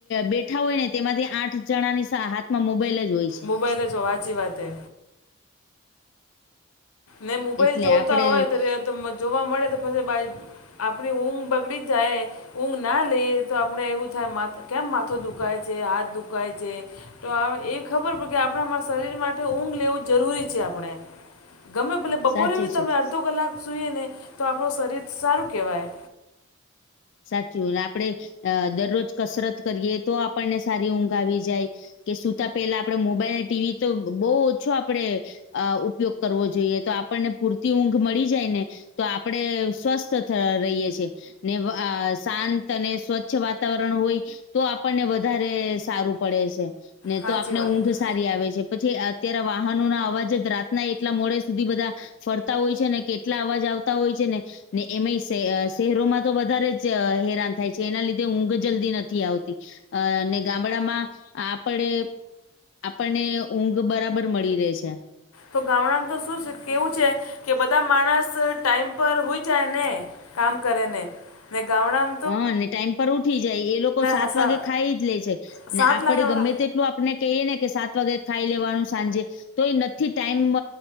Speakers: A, on the left; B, on the left.
A: બેઠા હોય ને તેમાંથી આઠ જણાની હાથમાં મોબાઈલ જ હોય છે
B: મોબાઈલ છ હાચી વાત હે ને મોબાઈલ
A: એટલે
B: જોતા
A: આપડે
B: હોય તો જોવા મળે તો પછી બા આપણી ઊંઘ બગડી જાય ઊંઘ ના લઈએ તો આપણે એવું થાય કેમ માથું દુખાય છે? હાથ દુખાય છે? તો એવી ખબર પડે કે આપણા શરીર માટે ઊંઘ લેવું જરૂરી છે આપણે. ગમે ભલે બપોરે
A: સાચે
B: બી
A: છે
B: તમે અડધો કલાક સૂઈએ ને તો આપણું શરીર સારું કહેવાય.
A: સાચું આપડણે દરરોજ કસરત કરીએ તો આપણને સારી ઊંઘ આવી જાય. કે સુુંતા પેલા આપડે મોબાઈલને ટીવી તો બવ ઓછો આપડે અ ઉપયોગ કરવો જોઈએ તો આપણને પૂરતી ઊંઘ મળી જાય ને તો આપણેે સ્વસ્થ રહીએ છે ને અ શાંત અને સ્વચ્છ વાતાવરણ હોય. તો આપણને વધારે સારું પડે છે, ને
B: સાચી
A: તો આપને
B: વાત
A: ઊંઘ જ સારી આવે છે, પછી અત્યારે વાહનોના અવાજ જ રાતના એટલા મોડે સુધી બધા ફરતા હોય છે ને, કેટલા અવાજ આવતા હોય છે ને! ને એમાંય સેઅ, સેહરોમાં તો વધારે જ હેરાન થાય છે, એના લીધે ઊંઘ જલ્દી નથી આવતી, અને ગામડામાં આપડે, આપણને ઊંઘ બરાબર મળી રહે છે.
B: તો ગામડામ તો સુ છે, કેવુ છે કે બધા માણસ ટાઈમ પર હુઈ જાય ને કામ કરે ને! ને ગામડામ
A: હં ને ટાઈમ પર ઉઠી જાય, એ લોકો સાત
B: હસા
A: વાગે ખાઈ જ લે છે.
B: સાત
A: ને આપડે
B: લાખ
A: ગમે તે એટલું આપને કઇએ ને કે સાત વાગે ખાઈ લેવાણું સાંજે, તો એ નથી ટાઈમ,